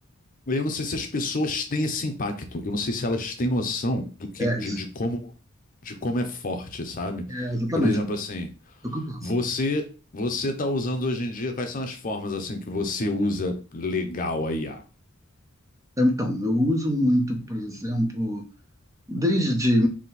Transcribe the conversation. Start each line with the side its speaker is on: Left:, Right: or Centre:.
Left: Eu não sei se as pessoas têm esse impacto. Eu não sei se elas têm noção do que,
Right: É
Left: de,
Right: isso.
Left: de como, de como é forte, sabe?
Right: É, exatamente.
Left: Por exemplo, assim,
Right: É o que eu penso.
Left: você você tá usando hoje em dia, quais são as formas assim que você usa legal a IA?
Right: Então, eu uso muito, por exemplo, desde